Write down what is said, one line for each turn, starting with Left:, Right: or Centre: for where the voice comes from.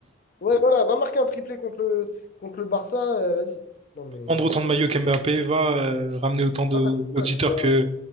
Left: Ouais, voilà, va marquer un triplé contre le, contre le Barça. euh, vas-y. Non, mais...
Right: prendre autant de maillots qu'Mbappé, va euh, ramener autant d'auditeurs
Left: voilà, c'est ça, tu vois.
Right: que...